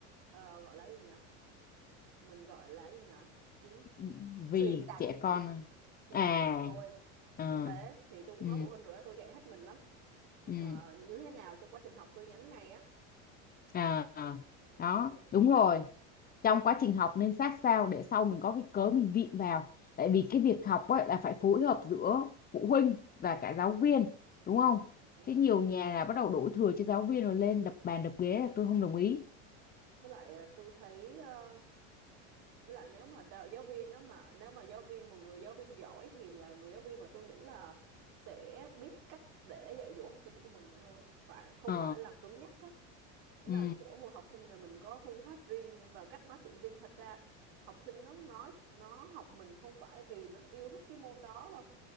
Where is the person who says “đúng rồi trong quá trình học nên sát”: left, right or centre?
Left